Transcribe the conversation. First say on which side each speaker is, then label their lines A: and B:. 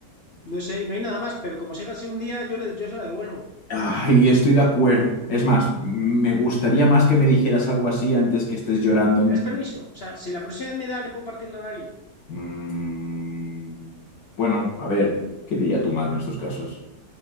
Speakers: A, on the left (about 45°); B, on the left (about 85°).
A: no sé, no hay nada más, pero como siga así un día, yo, le, yo se la devuelvo.
B: Ah, y estoy de acuerdo. Es más, me gustaría más que me dijeras algo así antes que estés llorando.
A: ¿Me das permiso? O sea, si la próxima vez me da, le puedo partir la nariz.
B: Mm, bueno, a ver, ¿qué diría tu madre en estos casos?